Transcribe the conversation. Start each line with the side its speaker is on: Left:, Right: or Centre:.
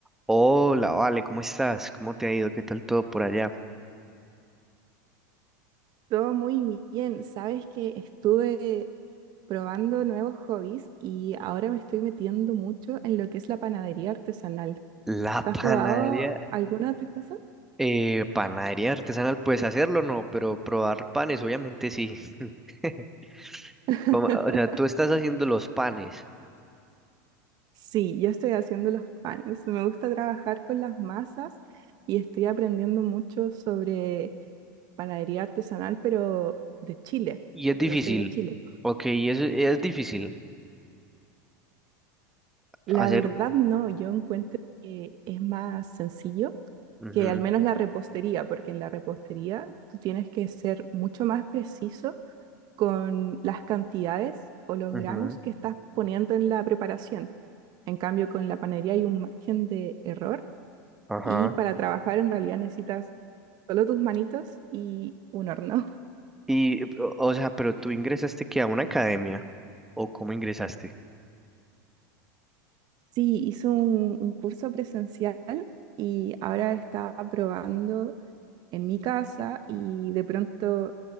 Centre: Hola, vale, ¿cómo estás? ¿Cómo te ha ido? ¿Qué tal todo por allá?
Right: Todo muy bien. Sabes que estuve probando nuevos hobbies y ahora me estoy metiendo mucho en lo que es la panadería artesanal.
Centre: La
Right: ¿Tú
Centre: panadería,
Right: has probado alguna otra cosa?
Centre: eh, panadería artesanal, pues hacerlo no, pero probar panes, obviamente sí. <laughs>
Right: <laughs>
Centre: Como- o sea, tú estás haciendo los panes
Right: Sí, yo estoy haciendo los panes. Me gusta trabajar con las masas y estoy aprendiendo mucho sobre panadería artesanal, pero de Chile,
Centre: y es
Right: porque
Centre: difícil,
Right: yo soy de Chile.
Centre: ok, y es, es difícil
Right: La
Centre: hacer.
Right: verdad no, yo encuentro que es más sencillo
Centre: ujú,
Right: que al menos la repostería, porque en la repostería tú tienes que ser mucho más preciso con las cantidades o los
Centre: ujú,
Right: gramos que estás poniendo en la preparación. En cambio, con la panería hay un margen de error
Centre: ajá.
Right: y para trabajar en realidad necesitas solo tus manitos y un horno. <laughs>
Centre: Y, o o sea, pero tú ingresaste que a una academia, ¿o cómo ingresaste?
Right: Sí, hice un, un curso presencial y ahora estaba probando en mi casa y de pronto